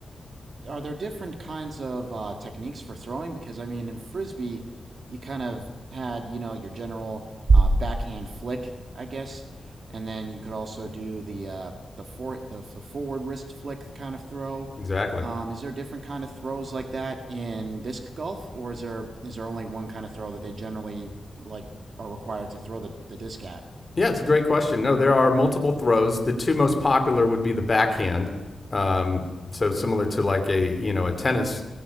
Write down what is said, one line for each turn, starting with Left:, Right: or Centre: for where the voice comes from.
Right: are there different kinds of uh, techniques for throwing? Because I mean, in frisbee, you kind of had you know your general uh, backhand flick, I guess, and then you could also do the uh, the for the, the forward wrist flick kind of throw.
Left: exactly
Right: Um, is there different kind of throws like that in disc golf, or is there is there only one kind of throw that they generally like are required to throw the, the disc at?
Left: yeah it's a great question no there are multiple throws the two most popular would be the backhand um, so similar to like a you know a tennis